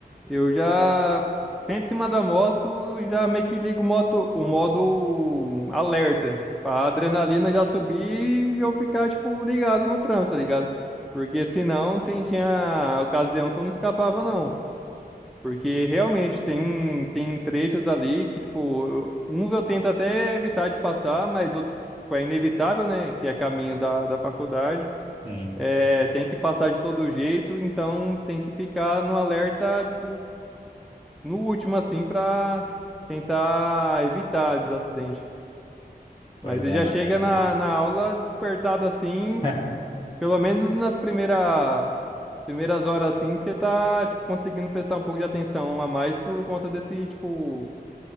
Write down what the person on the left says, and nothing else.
Sim,
pois
é,
mano.
<laughs>